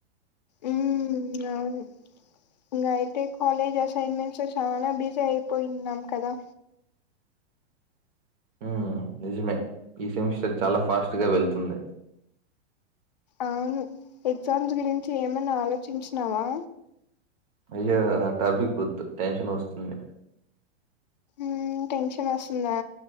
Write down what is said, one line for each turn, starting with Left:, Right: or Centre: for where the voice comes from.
Left: ఊ అవును ఇంగ అయితే కాలేజ్ అసైన్మెంట్స్ చాలా బిజీ అయిపోయిన్నాం కదా
Right: ఉ నిజమే ఈ సెమిస్టర్ చాలా ఫాస్ట్గా వెళ్తుంది
Left: అవును ఎగ్జామ్స్ గురించి ఏమన ఆలోచించినావా
Right: అయ్యా ఆ టాపిక్ వొద్దు టెన్షన్ వస్తుంది
Left: ఉమ్ టెన్షన్ వస్తుందా